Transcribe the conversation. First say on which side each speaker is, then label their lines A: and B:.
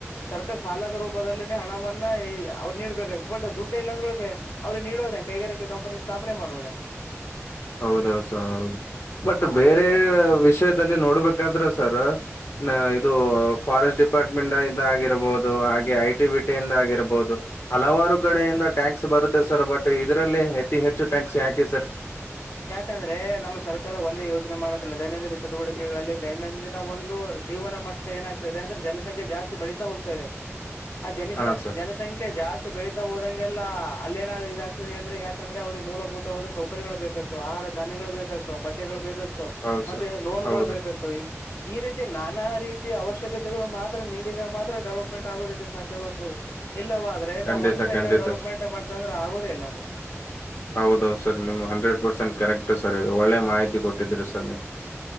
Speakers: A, on the left; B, on the left.
A: ಸರ್ಕಾರ ಸಾಲದ ರೂಪದಲ್ಲಿ ಹಣವನ್ನ ಅವ್ ನೀಬೇಕ ಬಟ್ ದುಡ್ಡ ಇಲ್ಲ ಅಂದ್ರಳ ಅವ್ರು ನೀಡೋದೇ ಕೈಗಾರಿಕಾ ಕಂಪನಿ ಸ್ಥಾಪನೆ ಮಾಡುವುದ
B: ಹೌದೌ ಸ ಹೌದು ಬಟ್ ಬೇರೆ
A: ಅಂದ್ರೆ ಈ
B: ವಿಷಯದಲ್ಲಿ ನೋಡ್ಬೇಕಾದ್ರೆ ಸರ್ ನ ಇದು ಫಾರೆಸ್ಟ್ ಡಿಪಾರ್ಟ್ಮೆಂಟ್ ಇ ಆಗಿರಬಹುದು ಹಾಗೆ ಐ ಟಿ ಬಿಟಿ ಇಂದ ಆಗಿರಬಹುದು ಹಲವಾರು ಕಡೆಯಿಂದ ಟ್ಯಾಕ್ಸ್ ಬರುತ್ತೆ ಸರ್ ಬಟ್ ಇದ್ರಲ್ಲಿ ಅತಿ ಹೆಚ್ಚು ಟ್ಯಾಕ್ಸ್ ಯಾಕಿ ಸರ್
A: ಯಾಕಂದ್ರೆ ನಮ್ಮ ಸರ್ಕಾರ ಒಂದೇ ಯೋಜನೆ ಮಾಡತಲ್ಲ ದೈನಂದಿನ ಚಟುವಟಿಕೆಗಳಲ್ಲಿ ದೈನಂದಿನ ಒಂದು ಜೀವನ ಮಟ್ಟ ಏನಾಗ್ತ ಇದೆ ಅಂದ್ರೆ ಜನಸಂಖ್ಯೆ ಜಾಸ್ತಿ ಬೆಳೀತಾ ಹೋಗ್ತಾ ಇದೆ ಆ ಜನಿಸ
B: ಹಾ ಸರ್
A: ಜನಸಂಖ್ಯೆ ಜಾಸ್ತಿ ಬೆಳಿತಾ ಹೋದಂಗೆ ಹಲ್ಲ ಅಲ್ಲೇಏನ ಇದಾಗ್ತದೆ ಹೇಳಿ ಯಾಕಂದ್ರೆ ಅವ್ರಿಗೆ ಮೂಲಭತಾದ ಸೌಕರ್ಯಗಳು ಬೇಕತದೆ ಆಹಾರ ಧಾನ್ಯಗಳು ಬೇಕಾಗ್ತಾವ ಬಟ್ಟೆಗಳು ಬೇಕಾಗ್ತ್
B: ಹೌದು
A: ಮತ್ತೆ
B: ಸರ್
A: ಲೋನ್ಗಳು
B: ಹೌದು
A: ಬೇಕಾಗ್ತಾವ ಈ ಈ ರೀತಿ ನಾನಾ ರೀತಿ ಅವಶ್ಯಕತೆಗಳು ಮಾತ್ರ ನೀಡಿದ ಮಾತ್ರ ಡೆವಲಪ್ಮೆಂಟ್ ಆಗೋುದಕ್ಕೆ ಸಾಧ್ಯವಾಗ್ತದು ಇಲ್ಲವಾ ಆದ್ರೆ
B: ಖಂಡಿತ
A: ನಾವು ಒನ್ ಸೈಡ್
B: ಖಂಡಿತ
A: ಡೆವಲಪ್ಮೆಂಟ್
B: ಸ
A: ಮಾಡ್ತೇವೆ ಅಂದ್ರ ಆಗೋದೇ ಇಲ್ಲ ಅದು
B: ಹೌದೌದು ಸರ್ ನಿಮ್ಮ ಹಂಡ್ರೆಡ್ ಪರ್ಸೆಂಟ್ ಕರೆಕ್ಟು ಸರ್ ಇದು ಒಳ್ಳೆ ಮಾಹಿತಿ ಕೊಟ್ಟಿದ್ದೀರಿ ಸರ್ ನೀವು